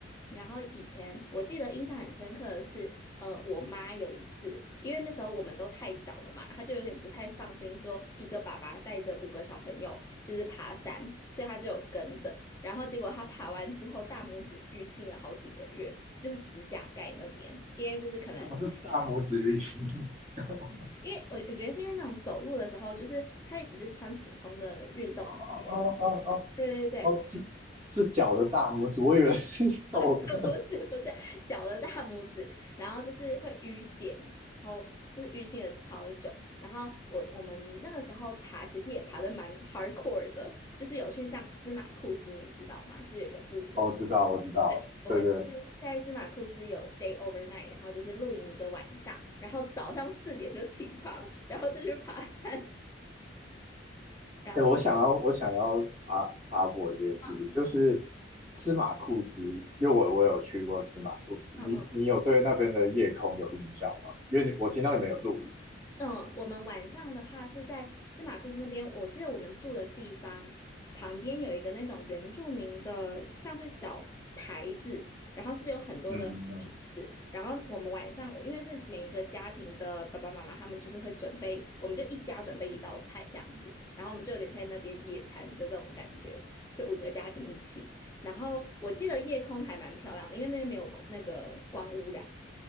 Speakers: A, on the left (about 15°); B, on the right (about 35°).
A: 然后以前我记得印象很深刻的是，呃，我妈有一次，因为那时候我们都太小了嘛，她就有点不太放心，说一个爸爸带着五个小朋友就是爬山，所以她就有跟着。然后结果她爬完之后，大拇指淤青了好几个月，就是指甲盖那边，因为就是可能。
B: 为什么是大拇指淤青？<laughs>
A: 因为我我觉得是因为那种走路的时候，就是她也只是穿普通的运动鞋，
B: 哦哦哦哦
A: 对对对，
B: 哦，是是脚的大拇指，我以为是手的。
A: <laughs> 不是不是脚的大拇指，然后就是会淤血嘛，然后就是淤青了超久。然后我我们那个时候爬，其实也爬的蛮 hardcore 的，就是有去像司马库斯，你知道吗？就是有一个部落，
B: <laughs> 哦，知道，我知道了，
A: 我们就是在司马库斯有
B: 对对。
A: stay overnight，然后就是露营一个晚上，然后早上四点就起床，然后就去爬山，然后
B: 哎，我想要，我想要插插播一件事情，
A: 嗯
B: 就是司马库斯，因为我我有去过司马库斯，
A: 嗯嗯。
B: 你你有对那边的夜空有印象吗？因为你我听到你们有录音。
A: 嗯，我们晚上的话是在司马库斯那边，我记得我们住的地方旁边有一个那种原住民的，像是小台子，然后是有很多的椅子，
B: 嗯嗯嗯，
A: 然后我们晚上，因为是每一个家庭的爸爸妈妈，他们就是会准备，我们就一家准备一道菜这样子，然后我们就有点在那边野餐的这种感觉，就五个家庭一起，然后我记得夜空还蛮漂亮的，因为那边没有空那个光污染，